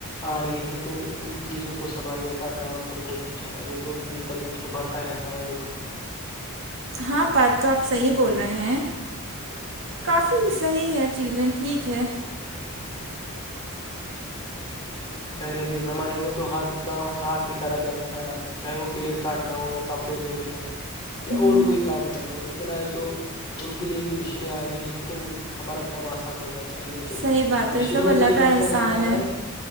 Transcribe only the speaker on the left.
آ رہی ہے تو ان چیزوں کو سنبھالنے کا کام تو بہت اچھا ہے وہ تو دن بدن ابھرتا رہتا ہے وہ کام
ہاں
پہلے کے زمانے میں تو ہر کام ہاتھ ہی کرا جاتا تھا چاہے وہ پیڑ کاٹنا ہو یا کپڑے دھونے ہووں یا
اور کوئی کام کرنا ہو لیکن آج وہ ان کے لیے بھی مشینیں آ گئی ہیں تو ہمارا کام آسان ہو جاتا لیکن
مشینوں
میں
تو یہ
مسئلہ
رہتا ہے